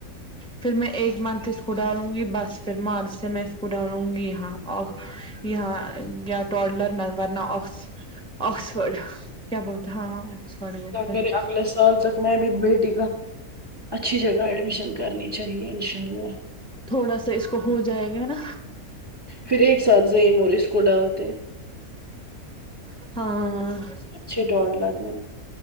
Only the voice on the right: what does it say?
کیا
کرے اگلے سال تک میں ابھی بیٹی کا اچھی جگہ ایڈمیشن کرنی چاہیے ان شاء اللہ
پھر ایک ساتھ زعم اور اس کو ڈالتے
اچھے ڈاڈلر میں